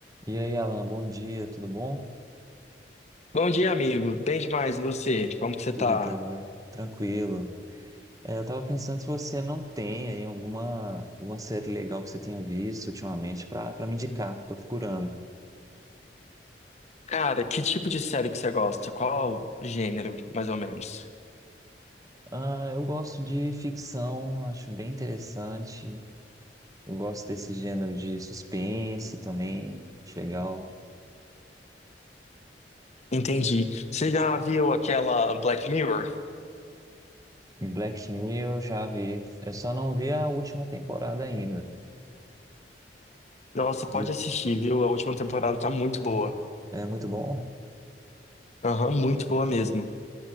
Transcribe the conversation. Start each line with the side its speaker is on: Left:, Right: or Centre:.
Right: E aí, Alan, bom dia, tudo bom?
Left: Bom dia, amigo. Bem demais, e você? Como que você
Right: Tudo
Left: tá?
Right: jóia, tranquilo. É, eu tava pensando se você não tem aí alguma, alguma série legal que você tenha visto ultimamente para para me indicar, tô procurando.
Left: Cara, que tipo de série que você gosta? Qual gênero, mais ou menos?
Right: Ah, eu gosto de ficção, acho bem interessante. Eu gosto desse gênero de suspense também, acho legal.
Left: Entendi. Você já viu aquela Black Mirror?
Right: Em Black Mirror eu já vi, eu só não vi a última temporada ainda.
Left: Nossa, pode
Right: De-
Left: assistir, viu? A última temporada tá muito boa.
Right: É muito bom?
Left: Aham, muito boa mesmo.